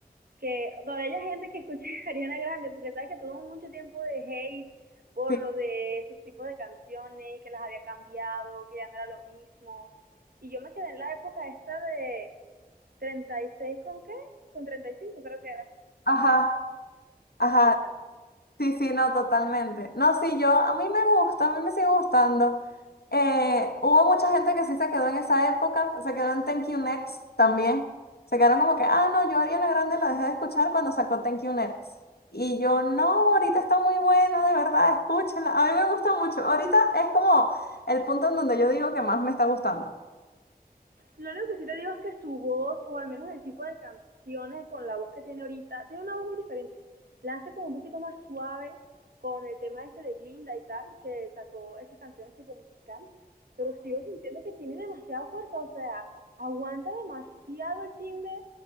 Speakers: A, on the right; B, on the left.
A: Que todavía hay gente que escuche <laughs> a Ariana Grande, porque sabes que tuvo mucho tiempo de hate por
B: Sí.
A: lo de sus tipos de canciones, que las había cambiado, que ya no era lo mismo. Y yo me quedé en la época esta de treinta y seis con qué? Con 35 creo que era.
B: Ajá, ajá.
A: Me encanta.
B: Sí, sí, no, totalmente. No, sí, yo, a mí me gusta, a mí me sigue gustando. Eh, hubo mucha gente que sí se quedó en esa época, se quedó en Thank You Next también. Se quedaron como que, ah, no, yo Ariana Grande la dejé de escuchar cuando sacó Thank You Next. Y yo, no, ahorita está muy buena, de verdad, escúchenla. A mí me gusta mucho. Ahorita es como el punto en donde yo digo que más me está gustando.
A: Lo único que sí te digo es que su voz, o al menos el tipo de canciones con la voz que tiene ahorita, tiene una voz muy diferente. La hace como un poquito más suave con el tema este de Glinda y tal, que sacó esas canciones tipo musical, pero sigo sintiendo que tiene demasiada fuerza, o sea, aguanta demasiado el timbre,